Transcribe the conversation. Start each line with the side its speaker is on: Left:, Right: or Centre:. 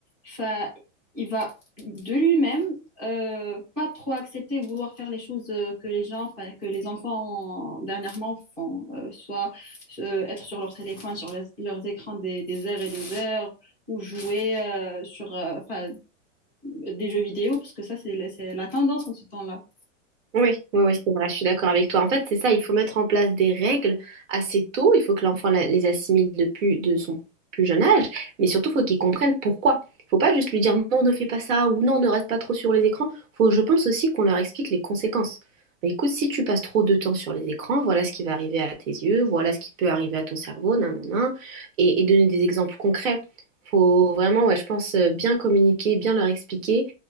Centre: enfin, il va de lui-même euh, pas trop accepter, vouloir faire les choses euh, que les gens, enfin, que les enfants euh, dernièrement font, euh, soit euh, être sur leur téléphone, sur les- leurs écrans des, des heures et des heures, ou jouer euh, sur euh, enfin, des jeux vidéo, parce que ça, c'est la- c'est la tendance en ce temps-là.
Right: Oui, oui, oui, c'est vrai, je suis d'accord avec toi. En fait, c'est ça, il faut mettre en place des règles assez tôt, il faut que l'enfant la- les assimile depuis de son plus jeune âge, mais surtout, il faut qu'il comprenne pourquoi. Il faut pas juste lui dire non, ne fais pas ça ou non, ne reste pas trop sur les écrans. Faut, je pense aussi qu'on leur explique les conséquences. Bah, Écoute, si tu passes trop de temps sur les écrans, voilà ce qui va arriver à tes yeux, voilà ce qui peut arriver à ton cerveau, nan, nan, nan, et, et donner des exemples concrets. Faut vraiment, ouais, je pense, euh, bien communiquer, bien leur expliquer